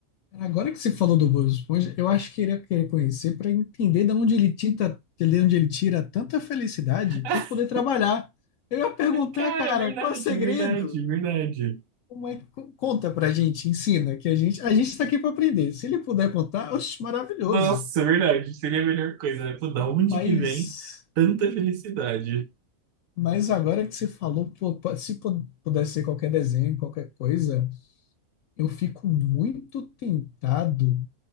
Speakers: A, on the left; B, on the right.
A: Agora que você falou do Bob Esponja, eu acho que ele ia querer conhecer para entender de onde ele tinta, de onde ele tira tanta felicidade
B: <laughs>
A: para poder trabalhar. Eu ia perguntar,
B: Cara,
A: cara,
B: verdade,
A: qual é o segredo?
B: verdade, verdade.
A: Como é que co- conta pra gente, ensina, que a gente, a gente tá aqui para aprender. Se ele puder contar, oxe, maravilhoso.
B: Nossa, verdade. Seria a melhor coisa, né? Pô, da onde
A: Mas
B: que vem tanta felicidade?
A: Mas agora que você falou, pô, po- se pu- pudesse ser qualquer desenho, qualquer coisa, eu fico muito tentado